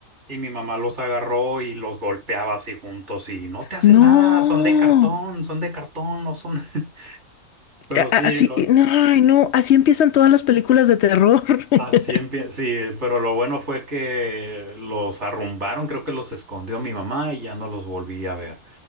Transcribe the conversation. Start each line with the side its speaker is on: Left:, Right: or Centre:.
Right: y mi mamá los agarró y los golpeaba así juntos y no te hacen
Left: no.
Right: nada, son de cartón, son de cartón, no son. <laughs> Pero
Left: A-
Right: sí,
Left: a- Así,
Right: lo,
Left: no, ay, no, así empiezan todas las películas de terror.
Right: Así
Left: <laughs>
Right: empieza, sí, pero lo bueno fue que los arrumbaron, creo que los escondió mi mamá y ya no los volví a ver.